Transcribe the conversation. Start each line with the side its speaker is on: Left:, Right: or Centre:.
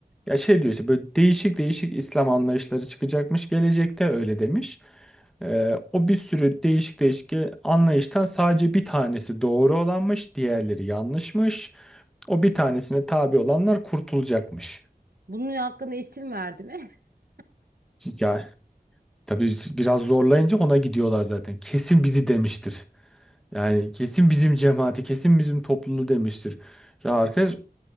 Centre: Ya şey diyor işte böyle değişik değişik İslam anlayışları çıkacakmış gelecekte öyle demiş. Ee, o bir sürü değişik değişik anlayıştan sadece bir tanesi doğru olanmış, diğerleri yanlışmış. O bir tanesine tabi olanlar kurtulacakmış.
Right: Bunun hakkında isim verdi mi? <laughs>
Centre: Ya tabii biraz zorlayınca ona gidiyorlar zaten. Kesin bizi demiştir. Yani kesin bizim cemaati, kesin bizim topluluğu demiştir. Ya arkadaş,